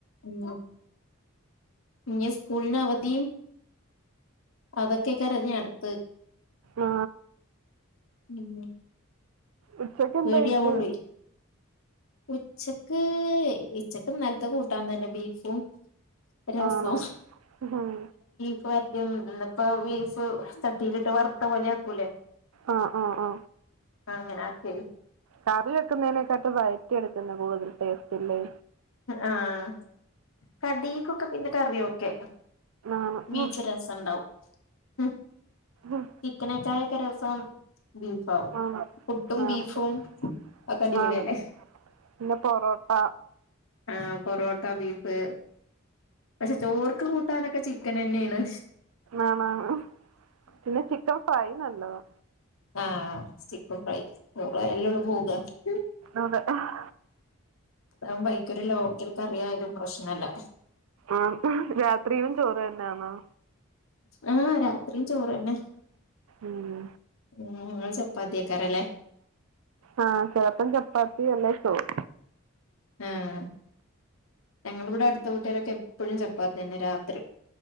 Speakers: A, on the left (about 70°); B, on the right (about 80°).
A: ഉം ഇനി സ്കൂളിന് അവധിം അതൊക്കെ കരഞ്ഞ് അടുത്ത്
B: ആ
A: ഉം
B: ഉച്ചക്ക് എന്താ
A: പേടിയാവുള്ളൂ
B: കഴിച്ചേ
A: ഉച്ചക്ക് ഉച്ചക്ക് ഇന്നലത്തെ കൂട്ടാൻ തന്നെ ബീഫും രസോം
B: ആണോ ഉം
A: ഫ് വരട്ടിയത് ഇന്നിപ്പോ ബീഫ് ചട്ടിലിട്ട് വറുത്ത പോലെ ആക്കൂലേ
B: ആ ആ ആ
A: അങ്ങനെ ആ ക്കി
B: കറി വെക്കുന്നേനെക്കാട്ട് വഴറ്റി എടുക്കുന്ന കൂടുതൽ ടേസ്റ്റ്ല്ലേ
A: ആഹ് കടിക്കൊക്കെ പിന്നെ കറിയൊക്കെ
B: ആണ്
A: വീച്ച
B: ഉം
A: രസണ്ടാവും ഉം
B: ഉം
A: ചിക്കനേകായൊക്കെ രസം ബീഫാവും
B: ആണ്
A: പുട്ടും
B: ആണ്
A: ബീഫും
B: <unintelligible>
A: ഒക്കെ അടിപൊളിയല്ലേ
B: പിന്നെ പൊറോട്ട
A: ആ പൊറോട്ട ബീഫ് പക്ഷെ ചോറ്ക്ക് കൂട്ടാനൊക്കെ ചിക്കനെന്നെയാണ്
B: ആണാണ് പിന്നെ ചിക്കൻ ഫ്രൈ നല്ലതാ
A: ആ ചിക്കൻ ഫ്രൈ <unintelligible>
B: അതെ ആഹ്
A: അതാവുമ്പോ അയ്ക്കൊരു ലോക്കൽ കറിയായലും പ്രശ്നല്ല.
B: ആ രാത്രിയും ചോറ് തന്നെയാന്നോ
A: ആ രാത്രിയും ചോറന്നെ
B: ഉം
A: ഉം ങ്ങള് ചപ്പാത്തിക്കാരല്ലേ
B: ആ ചെലപ്പം ചപ്പാത്തി അല്ലേ ചോറ്
A: ആഹ് ഞങ്ങളിവിടെ അടുത്ത വീട്ടുകാരൊക്കെ എപ്പഴും ചപ്പാത്തിന്നെ രാത്രി